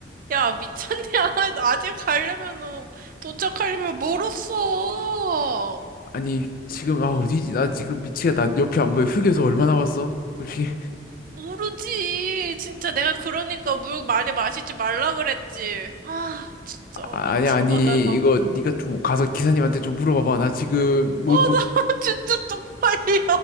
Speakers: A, on the right; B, on the left.
A: 야, 미쳤냐? <laughs> 나 아직 가려면은, 도착하려면 멀었어.
B: 아니 지금 아 어디지 나 지금 미치겠다 옆에 안 보여 휴게소 얼마 남았어 혹시
A: 모르지. 진짜 내가 그러니까 물 많이 마시지 말라 그랬지. 아, 진짜
B: 아,
A: 미친다,
B: 아니 아니
A: 내가.
B: 이거
A: 어,
B: 네가 좀 가서 기사님한테 좀 물어봐봐 나 지금 못
A: 나 <laughs>
B: 못
A: 진짜 쪽팔려.